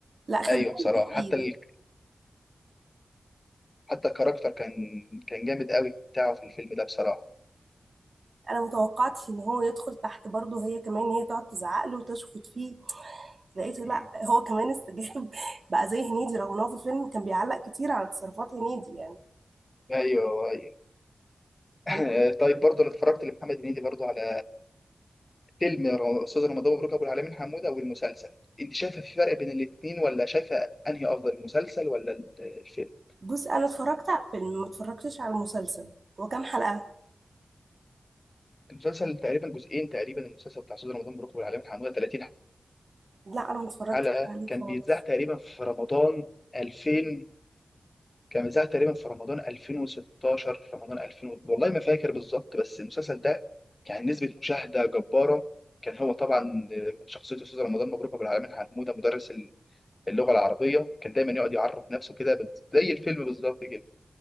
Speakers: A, on the right; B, on the left.
A: لا خلينا
B: ايوه بصراحه
A: متفقين
B: حتى ال... حتى الكاركتر كان كان جامد قوي بتاعه في الفيلم ده بصراحه
A: انا متوقعتش ان هو يدخل تحت برضه هي كمان هي تقعد تزعق له وتشخط فيه لقيته
B: مم.
A: لا هو كمان استجاب <laughs> بقى زي هنيدي رغم ان هو في الفيلم كان بيعلق كتير على تصرفات هنيدي يعني
B: ايوه ايوه <laughs>
A: كان
B: طيب برضه انا اتفرجت لمحمد هنيدي برضه على فيلم ر- استاذ رمضان مبروك ابو العالمين حموده والمسلسل انت شايفه في فرق بين الاثنين ولا شايفه انهي افضل المسلسل ولا ال- الفيلم
A: بص انا اتفرجت على الفيلم ما اتفرجتش على المسلسل هو كام حلقة
B: المسلسل تقريبا جزئين تقريبا المسلسل بتاع استاذ رمضان مبروك ابو العالمين حموده 30
A: لا انا ما اتفرجتش
B: حلقة
A: عليه
B: كان
A: خالص
B: بيتذاع تقريبا في رمضان 2000 كان بيتذاع تقريبا في رمضان 2016 رمضان 2000 والله ما فاكر بالظبط بس المسلسل ده كان نسبة مشاهدة جبارة كان هو طبعا شخصية أستاذ رمضان مبروك أبو العالمين حمودة مدرس اللغة العربية كان دايما يقعد يعرف نفسه كده زي الفيلم بالظبط كده